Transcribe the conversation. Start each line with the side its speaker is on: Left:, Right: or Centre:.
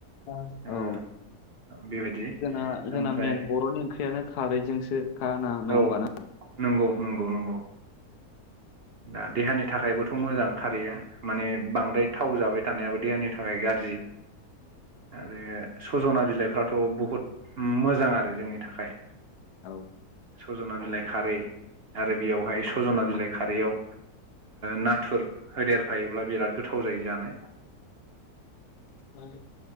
Left: औ
Right: ओ बेबायदि
Left: जोंना
Right: ओमफ्राय
Left: जोंना मेन बर'नि ओंख्रियानो खारैजोंसो खा ना नङा
Right: औ
Left: होमबा ना?
Right: नंगौ नंगौ नंगौ दा देहानि थाखायबोथ' मोजां खारैया। माने बांद्राय थाव जाबाय थानायाबो देहानि थाखाय गाज्रि। आरो सजना बिलाइफ्राथ' बहुद मोजां आरो जोंनि थाखाय।
Left: औ
Right: सजना बिलाइ खारै आरो बेयावहाय सजना बिलाइ खारैयाव नाथुर होदेरफायोब्ला बिराद गोथाव जायो जानो।
Left: औ